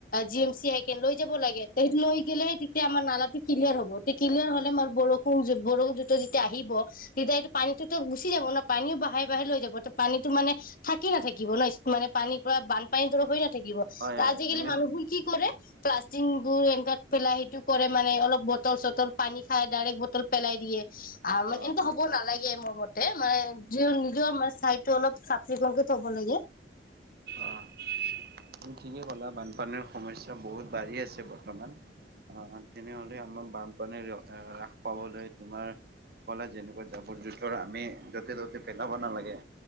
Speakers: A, on the left; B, on the right.
A: জি এম চি হ কে লৈ যাব লাগে লৈ গেলেহে তেতিয়া আমাৰ নালাটো ক্লিয়াৰ হ'ব, তে ক্লিয়াৰ হ'লে আমাৰ বৰষুণ বৰু জোত যেতিয়া আহিব- তেতিয়া এইটো পানীতোতো গুচি যাব ন, পানীও বাহে বাহে লৈ যাব, ত পানীতো মানে থাকি নাথাকিব ন মানে পানীৰ পৰা বানপানী দৰেই হৈ নাথাকিব,
B: হয়
A: ত
B: হয়
A: আজিকালি
B: তুমি
A: মানুহবোৰ কি কৰে প্লাষ্টিক বোৰ এনেকুৱাত পেলাই সেইটো কৰে মানে অলপ বটল চটল পানী খাই ডাইৰেক্ট বটল পেলাই দিয়ে আহ মান
B: অ'
A: এনেকা হ'ব নালাগে মোৰ মতে, মানে নিজৰ চাইটো অলপ চাফ চিকুণকে থব লাগে।
B: অ' তুমি ঠিকেই কলা বানপানীৰ সমস্যা বহুত বাঢ়ি আছে বৰ্তমান, আহ তেনেহলে আমাৰ বানপানীৰ হ্ৰাস পাবলৈ তোমাৰ কলা যেনেকুৱা জাবৰ জোথৰ আমি য'তে ত'তে পেলাব নালাগে।